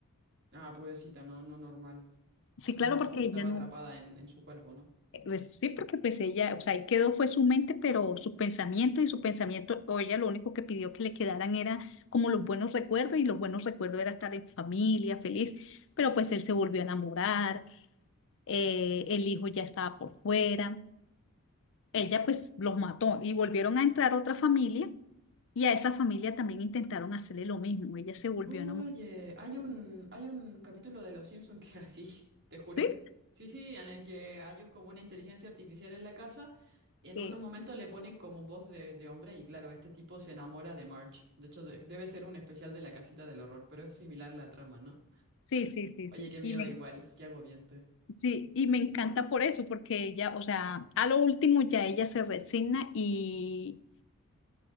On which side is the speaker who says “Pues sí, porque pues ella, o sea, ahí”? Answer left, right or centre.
Left